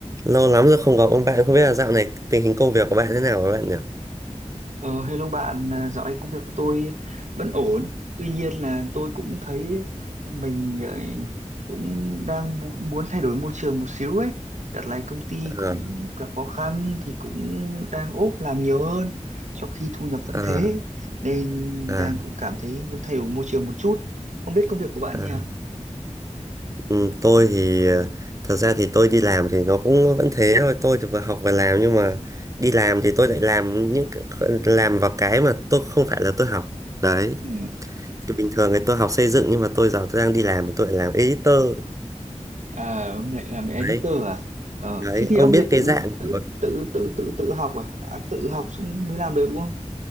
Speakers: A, on the right; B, on the right.
A: Lâu lắm rồi không gặp ông bạn, không biết là dạo này tình hình công việc của bạn thế nào với bạn nhỉ?
B: Ờ, hello bạn, à, dạo này công việc của tôi vẫn ổn. Tuy nhiên là tôi cũng thấy mình ờ, cũng đang mu- muốn thay đổi môi trường một xíu ấy. Đợt này công ty
A: Ờ,
B: cũng gặp khó khăn thì cũng đang ốp làm nhiều hơn, trong khi thu nhập vẫn
A: à,
B: thế. Nên
A: à,
B: đang cũng cảm thấy muốn thay đổi môi trường một chút. Không biết công việc của bạn
A: à.
B: nhỉ?
A: Ừ, tôi thì ờ, thật ra thì tôi đi làm thì nó cũng vẫn thế thôi, tôi thì vừa học vừa làm nhưng mà đi làm thì tôi lại làm những cái- làm vào cái mà tôi không phải là tôi học. Đấy,
B: Ừ.
A: thì bình thường thì tôi học xây dựng nhưng mà tôi giờ tôi đang đi làm thì tôi lại làm editor.
B: À, ông lại làm editor
A: Đấy,
B: à? Ờ,
A: đấy,
B: thế thì
A: ông
B: ông
A: biết
B: về
A: cái
B: tự
A: dạng
B: tự
A: của-
B: tự tự tự tự học à? À, tự học xong mới làm được đúng không?